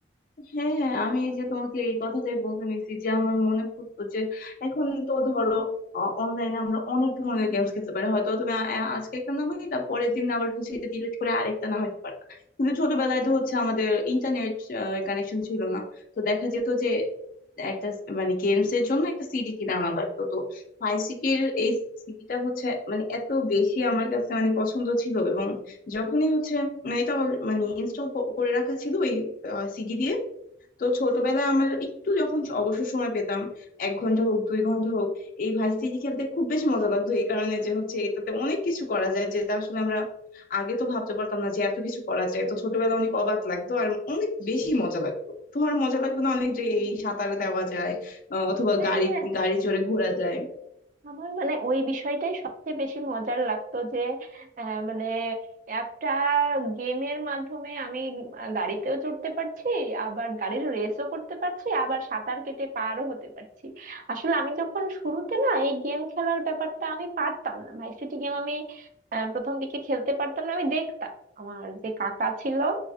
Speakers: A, on the left; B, on the right.
A: হ্যাঁ হ্যাঁ আমি এই যে তোমাকে এই কথাটাই বলতে নিছি যে আমার মনে পড়তো যে এখন তো ধরো অনলাইনে আমরা অনেক ধরনের গেমস খেলতে পারি হয়তো তুমি আ- আ- আজকে একটা নামাইলা পরের দিন আবার হচ্ছে এটা ডিলিট করে আরেকটা নামাইতে পারতা কিন্তু ছোটবেলায় তো হচ্ছে আমাদের ইন্টারনেট কানেকশন ছিল না তো দেখা যেত যে একটা স- মানে গেমস এর জন্য একটা সিডি কিনে আনা লাগতো তো ফাইসিকের এই সিডিটা হচ্ছে মানে এত বেশি আমার কাছে মানে পছন্দ ছিল এবং যখনই হচ্ছে মানে এটা all- মানে ইনস্টল করে রাখা ছিল ওই সিডি দিয়ে তো ছোটবেলায় আমার একটু যখন অবসর সময় পেতাম এক ঘন্টা হোক দুই ঘন্টা হোক এই ভাইস সিটি খেলতে খুব বেশি মজা লাগতো এই কারণে যে হচ্ছে এটাতে অনেক কিছু করা যায় যেটা আসলে আমরা আগে তো ভাবতে পারতাম না যে এত কিছু করা যায় তো ছোটবেলায় অনেক অবাক লাগতো আর অনেক বেশি মজা লাগতো তোমার মজা লাগতো না অনেক যে এই সাঁতার দেওয়া যায় আহ, অথবা
B: হ্যাঁ
A: গাড়ি গাড়ি চড়ে ঘোরা যায়
B: আমার মানে ওই বিষয়টাই সবচেয়ে বেশি মজার লাগতো যে আহ, মানে একটা গেমের মাধ্যমে আমি আহ, গাড়িতেও চড়তে পারছি আবার গাড়ির রেসও করতে পারছি আবার সাঁতার কেটে পারও হতে পারছি আসলে আমি যখন শুরুতে না এই গেম খেলার ব্যাপারটা আমি পারতাম না ভার্সিটি গেম আমি আহ, প্রথম দিকে খেলতে পারতাম না আমি দেখতাম আমার যে কাকা ছিল